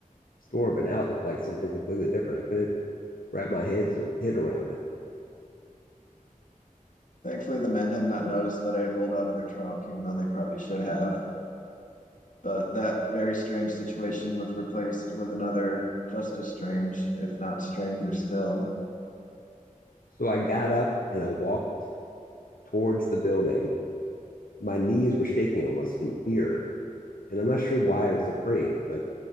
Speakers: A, on the left; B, on the left.
A: store, but now it looked like something completely different. I couldn't wrap my head head around it.
B: thankfully the men had not noticed that I had rolled out of their trunk, even though they probably should have. But that very strange situation was replaced with another just as strange, if not stranger still.
A: So I got up and I walked towards the building my knees were shaking almost in fear. And I'm not sure why I was afraid, but